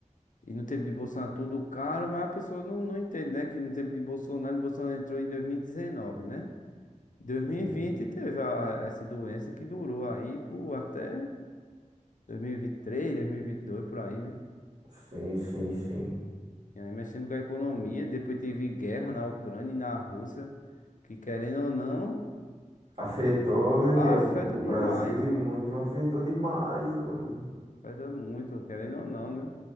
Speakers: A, on the left; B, on the right.
A: e no tempo de Bolsonaro tudo caro, mas a pessoa não, não entende, né? Que no tempo de Bolsonaro, Bolsonaro entrou em 2019, né? 2020
B: Sim.
A: teve a- essa doença que durou aí por até 2023, 2022, por aí, né?
B: Sim, sim, sim.
A: E aí mexendo com a economia, depois teve guerra na Ucrânia e na Rússia, que querendo ou não,
B: Afetou, né,
A: afeta
B: Diogo, o
A: demais,
B: Brasil e muito afetou demais, homem.
A: afeta muito, querendo ou não, né?